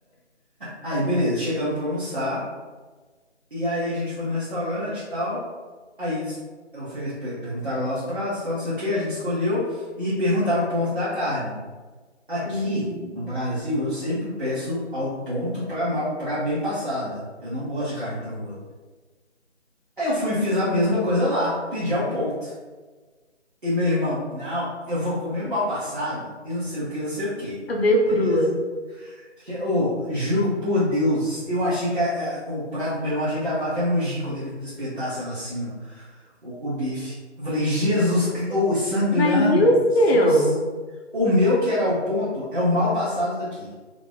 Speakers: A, on the right (about 45°); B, on the left (about 55°).
A: Aí, beleza, chegamos pra almoçar. E aí a gente foi no restaurante e tal. Aí eles ofere- per- perguntaram lá os pratos, tal, não sei o que, a gente escolheu e perguntaram o ponto da carne. Aqui
B: Hum,
A: no Brasil, eu sempre peço ao ponto pra, mal- pra bem passada. Eu não gosto de carne crua. Aí eu fui e fiz a mesma coisa lá, pedi ao ponto. E meu irmão, não, eu vou comer mal passada e não sei o que, não sei o que.
B: veio
A: Beleza.
B: crua.
A: Fiquei- Ô, juro por Deus, eu achei que a- a- o prato do meu irmão, achei que a vaca ia mugir quando ele espetasse ela assim, ó, o, o bife. Eu Falei, Jesus Cristo, ô, sangrando.
B: Mas e o seu?
A: Tipo, s- o meu que era o ponto é o mal passado daqui.